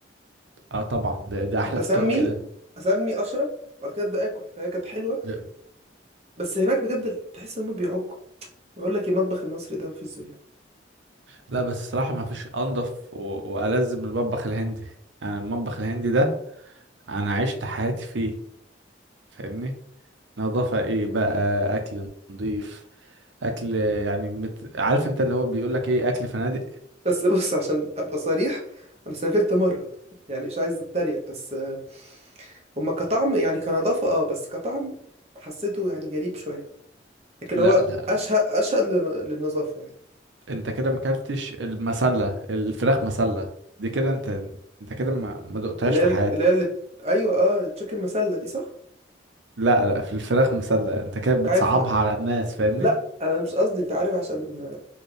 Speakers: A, on the right; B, on the right.
A: أه طبعا ده, ده أحلى
B: كنت اسمي
A: فطار كده
B: اسمي اشرب بعد كده ابدا اكل فهي كانت حلوه
A: ب-
B: بس هناك بجد تحس ان هم بيعكوا بقول لك المطبخ المصري ده مفيش زيه
A: لا بس الصراحة ما فيش أنضف و- وألذ من المطبخ الهندي أنا المطبخ الهندي ده أنا عشت حياتي فيه فاهمني نظافة إيه بقى أكل نضيف أكل يعني مت... عارف أنت اللي هو بيقولك إيه أكل فنادق
B: بس بص عشان ابقى صريح انا سافرت مره يعني مش عايز اتريق بس آه، هما كطعم يعني كنظافه اه بس كطعم حسيته يعني غريب شويه لكن
A: لا
B: هو
A: لا
B: اشهد اشهد لن- للنظافه يعني
A: انت كده ما اكلتش المسله الفراخ مسله دي كده انت انت كده ما ما دقتهاش
B: اللي
A: في
B: هي
A: حياتك
B: اللي هي اللي- ايوه اه تشيكن مسله دي صح
A: لا لا في الفراخ مسله انت كده
B: انت
A: بتصعبها
B: عارف
A: على الناس فاهمني
B: لا انا مش قصدي انت عارف عشان